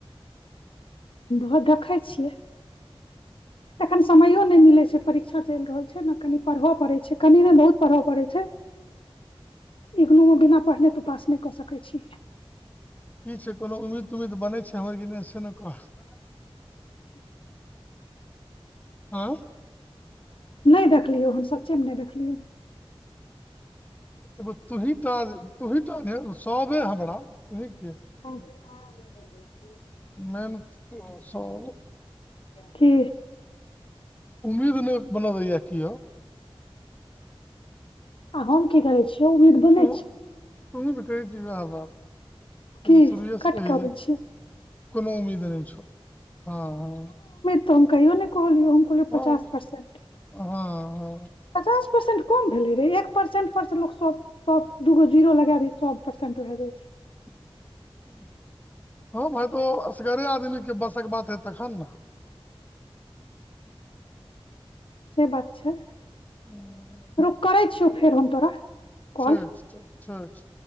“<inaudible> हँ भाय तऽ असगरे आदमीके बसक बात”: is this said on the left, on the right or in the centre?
Left